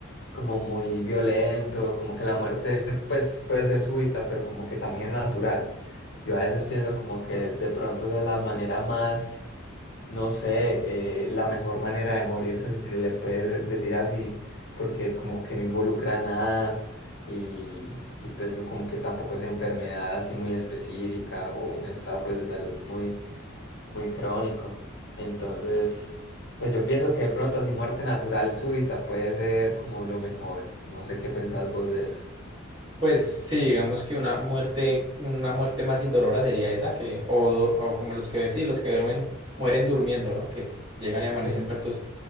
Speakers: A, on the left; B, on the right.
A: como muy violento, como que la muerte pues puede ser súbita, pero como que también es natural. Yo a veces pienso como que de pronto esa es la manera más no sé, eh, la mejor manera de morirse, si se le puede decir así, porque como que no involucra nada y, y pues como que tampoco es enfermedad así muy específica o un estado pues de salud muy, muy crónico. Entonces, pues yo pienso que de pronto así muerte natural súbita puede ser como lo mejor. No sé qué pensás vos de eso.
B: Pues sí, digamos que una muerte, una muerte más indolora sería esa que, o, do- o como los que decís, los que duermen, mueren durmiendo, ¿no? Que t- llegan y amanecen
A: Sí.
B: muertos,